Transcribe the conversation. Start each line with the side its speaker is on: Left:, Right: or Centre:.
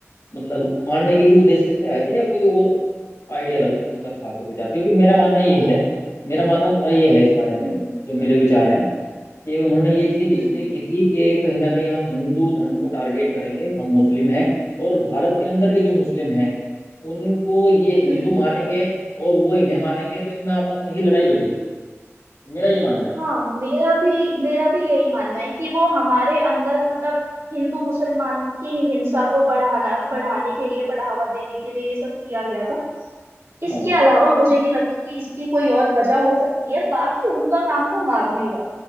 Left: मतलब मारने के ही उद्देश्य से आए थे या कोई और आइडिया लग उनका था कुछ विचार क्योंकि मेरा मानना
Right: देखो
Left: ये है मेरा मानना थोड़ा ये है इस बारे
Right: हम्म
Left: में जो मेरे विचार हैं कि उन्होंने ये चीज़
Right: हम्म
Left: इसलिए की थी कि कहीं ना कहीं हम हिंदू धर्म को टारगेट करेंगे हम मुस्लिम हैं और भारत के अंदर के जो मुस्लिम हैं उनको ये हिंदू
Right: हम्म
Left: मारेंगे और वो इन्हें मारेंगे तो इनमें आपस में ही लड़ाई बजेगी मेरा ये मानना है
Right: हाँ मेरा भी मेरा भी यही मानना है कि वो हमारे अंदर मतलब हिंदू मुसलमान की हिंसा को बढ़ाना बढ़ाने के लिए बढ़ावा देने के लिए ये सब किया गया था इसके
Left: हाँ
Right: अलावा मुझे नहीं लगता कि इसकी कोई और वजह हो सकती है बाकी उनका काम था मारने का